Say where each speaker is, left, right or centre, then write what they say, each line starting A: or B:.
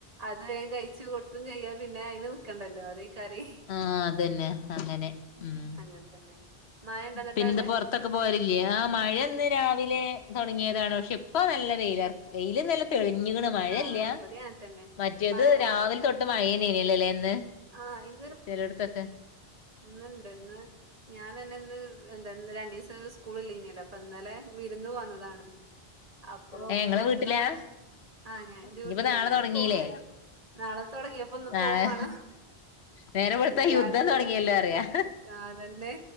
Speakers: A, on the right; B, on the left.
A: അ ന്നാ വേം കഴിച് കൊട്ത്തും ചെയ്യാ പിന്നെ അയിന് നിക്കണ്ടല്ലോ അതേയ്കരെ.
B: ആ അതന്നെ അങ്ങനെ ഉം
A: അങ്ങനെ തന്നെ. മഴണ്ടോ എന്നിട്ടവിടെ?
B: പിന്നെന്താ പൊർ ത്തൊക്കെ പോവല് ഇല്ല്യെ ആ. മഴ ഇന്ന് രാവിലെ തൊട്ങ്ങിയതാണ് പക്ഷെ ഇപ്പ നല്ല വെയില. വെയില് നല്ലോം തെളിഞ്ഞ്ക്ക്ണ് മഴഇല്ല
A: ആഹ് ഇവിടെ അങ്ങനെ തന്നെ
B: മറ്റേത്
A: മഴ
B: രാവിൽ തൊ ട്ട് മഴേനേനി അല്ലെ ലെ ഇന്ന്
A: ആഹിം
B: ചെലൊട്ത്തൊക്കെ.
A: ഇന്ന്ണ്ട് ഇന്ന് ഞാൻ തന്നെ ഇന്ന് എന്താ ഇ രണ്ടീസം സ്കൂള് ഇല്ലെനിയല്ലോ. അപ്പ ഇന്നലെ വിരുന്ന് വന്നതാണ് അപ്പൊ
B: ഏ
A: ങ്ങനെ
B: ഇങ്ങളെ വീട്ടിലാ
A: ഇവിടെ ആ ഞാൻ ഇന്റെ
B: ഇനിയിപ്പോ
A: വീട്ടിലാണ്
B: നാളെ
A: ഇന്ന്പോവും
B: തുടങ്ങീല്ലേ
A: ചെയ്യും നാളെ തൊടങ്ങിയപ്പോ ഇന്ന്
B: നാളെ
A: പോവും വാണം
B: നേരം വെളുത്ത
A: രാത്രിയാ
B: യുദ്ധം തുടങ്ങിയല്ലോ അറിയാ
A: ആ തന്നെ